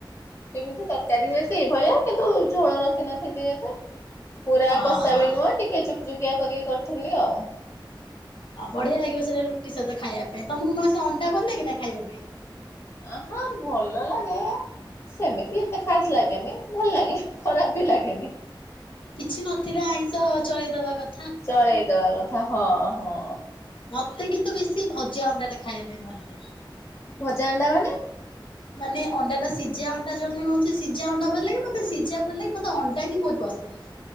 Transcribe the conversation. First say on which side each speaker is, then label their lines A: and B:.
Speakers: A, on the left; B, on the left.
A: କିମିତି ତରକାରୀ ହୁଏ ସେଇ ଭଳିଆ କିନ୍ତୁ ଝୋଳ ରଖିନଥିଲି ଏତେ। ପୁରା
B: ଓହୋ
A: କଷା ବି ନୁହେଁ ଟିକେ ଝୁକ୍ ଝୁକିଆ କରିକି କରିଥିଲି ଆଉ।
B: ଆଉ ବଢିଆ ଲାଗିବ ସେଇଟା ରୁଟି ସହିତ ଖାଇଆ ପାଇଁ ତମକୁ ମ ସେ ଅଣ୍ଡା ଭଲ ଲାଗେ ନା ଖାଇବା ପାଇଁ।
A: ଆଁ ହଁ ଭଲ ଲାଗେ। ସେମିତି ଏତେ ଖାସ୍ ଲାଗେନି ଭଲ୍ ଲାଗେ ଖରାପ ବି ଲାଗେନି।
B: କିଛି ନଥିଲେ ଆଇଁଷ ଚଳେଇଦବା କ
A: ଚଳେଇଦବା କଥା ହଁ ହଁ।
B: ମତେ କିନ୍ତୁ ବେଶୀ ଭଜା ଅଣ୍ଡାଟା ଖାଇବା ପାଇଁ ଭଲ ଲାଗେ।
A: ଭଜା ଅଣ୍ଡା ମାନେ?
B: ମାନେ ଅଣ୍ଡାଟା ସିଜା ଅଣ୍ଡା ଜଣ ଜଣ ହଉଛି ସିଜା ଅଣ୍ଡା ଭଲ ଲାଗେ ମ ତେ ସିଜା ଭଲ ଲାଗେ ମତେ ଅଣ୍ଡା ହିଁ ବୋହୁତ ପସନ୍ଦ।